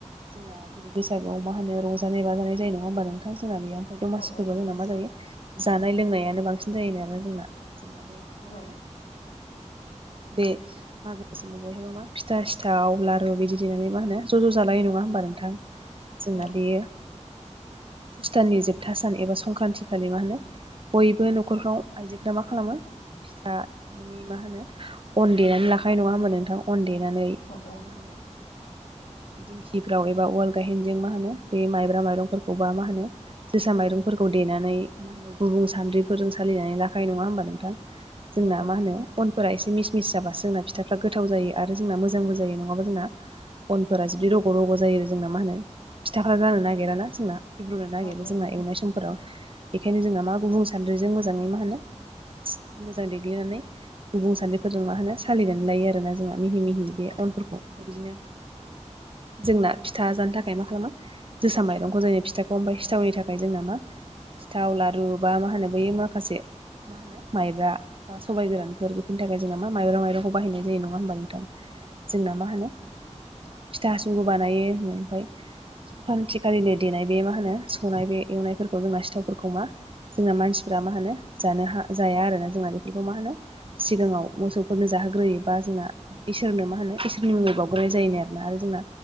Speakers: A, on the right; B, on the left.
A: जोंना जेरै बैसागुआव मा होनो रंजानाय बाजानाय जायो नङा होमबा नों नोंथां जोंना बेयाव ओमफ्राय दमासिफोरखौ
B: औ औ नंगौ
A: जोंना
B: नोंथां
A: मा जायो जानाय लोंनायानो बांसिन जायो आरो जोंना जेनबा बे मा
B: औ
A: जायो बे मागो समाव बयहाबो मा फिथा सिथाव लारु बिदि देनानै मा होनो ज' ज' जालायनाय नङा होमबा नोंथां? जोंना
B: औ
A: बेयो फुस दाननि जोबथा सान एबा संक्रान्ति खालि मा होनो बयबो न'खरफ्राव आइजोफ्रा मा खालामो फिथानि मा होनो अन देनानै लाखायो नङा होमबा नोंथां अन देनानै ओमफ्राय
B: औ
A: मा होनो
B: <inaudible>
A: दिंखिफ्राव एबा उवाल गायहेनजों मा होनो बे माइब्रा माइरंफोरखौबा मा होनो जोसा माइरंफोरखौ देनानै मा होनो गुबुं सान्द्रिफोरजों सालिनानै लाखायो नङा होमबा नोंथां? जोंना
B: औ
A: मा होनो अनफोरा एसे मिस मिस जाबासो जोंना फिथाफ्रा गोथाव जायो आरो जोंना मोजांबो जायो नङाबा जोंना अनफोरा जुदि रग' रग' जायो जोंना मा होनो फिथाफोरा जानो नागिरा ना जोंना गिब्रुनो नागिरो
B: औ औ
A: जोंना एवनाय समफोराव बेखायनो जोंना मा गुबुन सान्द्रिजों मोजाङै मा होनो मोजां देग्लिनानै गुबुं सान्द्रिफोरजों मा होनो सालिनानै लायो आरोना जोंहा मिहि मिहि बे
B: अ
A: अनफोरखौ ओमफ्राय बिदिनो जोंना फिथा जानो थाखाय मा खालामो जोसा माइरंखौ जायनि फिथा ओमफ्राय सिथावनि थाखाय जोंना मा सिथाव लारु बा मा होनो बैयो मा होनो माखासे मा होनो माइब्रा बा सबाय गोरानफोर बेफोरनि थाखाय जोंना मा माइब्रा माइरं खौ बाहायनाय जायो नङा होमबा नोंथां जोंना मा होनो फिथा हासुंखो बानायो ओमफ्राय संक्रान्तिखालिनो देनाय बे मा होनो सौनाय बे एवनायफोरखौ जोंना सिथावफोरखौ मा जोंना मानसिफ्रा मा होनो जानो हा जाया आरोना जोंना बेफोरखौ मा होनो सिगाङाव मोसौफोरनो जाहो ग्रोयोबा जोंना इसोरनो मा होनो इसोरनि मुङै बाव ग्राय जायोनो आरोना आरो जोंना